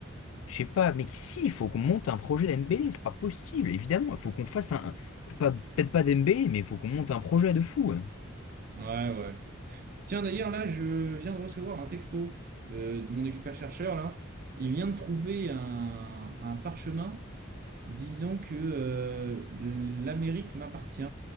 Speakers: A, on the left (about 80°); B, on the right (about 45°).
A: je sais pas, mais si, il faut qu'on monte un projet Dembélé. C'est pas possible, évidemment. Il faut qu'on fasse un, un- pas- peut-être pas Dembélé, mais il faut qu'on monte un projet de fou. hein.
B: Ouais, ouais. Tiens, d'ailleurs, là, je viens de recevoir un texto euh, de mon expert-chercheur, là. Il vient de trouver un, un parchemin disant que euh, l'Amérique m'appartient